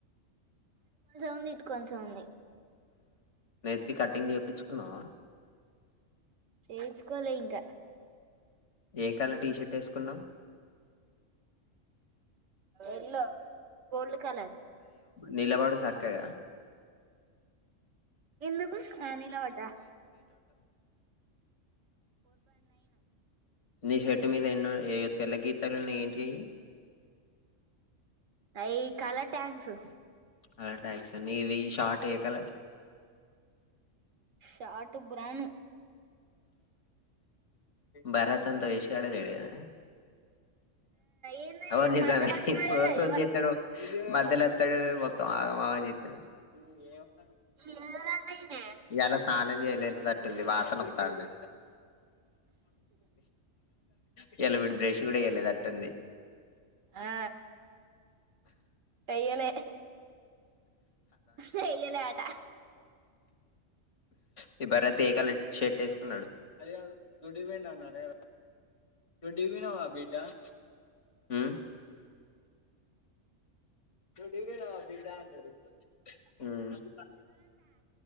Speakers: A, on the right; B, on the left.
A: అటు కొంచెం ఉంది. ఇటు కొంచెం ఉంది.
B: నెత్తి కటింగ్ చెప్పిచ్చుకున్నవా.
A: చేయిచ్చుకోలే ఇంకా.
B: ఏ కలర్ టీషర్ట్ ఏసుకున్నావ్.
A: ఎల్లో. గోల్డ్ కలర్
B: నిలవాడు చక్కగా
A: ఎందుకు నిలబడ్డ
B: నిషే ఇంటి మీద ఎన్నో ఏ తెల్ల గీతాలున్నా ఏంటివి అయి
A: అయి కాల ట్యాంక్స్
B: కలర్ టాక్సీ అండి ఇది షార్ట్ ఏ కలర్
A: షార్ట్ బ్రౌన్
B: భరత్ అంతా వేస్ట్ గాడే లేడు కదా
A: ఏంది
B: అవను నిజమే
A: మధ్యలో వచ్చి మరి
B: సో సో
A: ఎవ-
B: జెత్తాడు మధ్యలో ఎత్తాడు మొత్తం ఆగం ఆగం చెత్తాడు హు ఎమ్
A: ఎలరా నయన
B: ఇయ్యాల స్నానం చేయలేట్టుంది వాసన వస్తంది. ఇయ్యాల విడు బ్రష్ కూడా వెేలేదట్టుంది.
A: ఆ చేయలే చేయలేదంట
B: హు భరత్ ఏ కలర్ షర్ట్ వేసుకున్నాడు అదే దుడ్డివం అన్నారే దొడ్డిపోయినవ బేటా హు దొడ్డి పోయినవా బేటా అంటాడు హు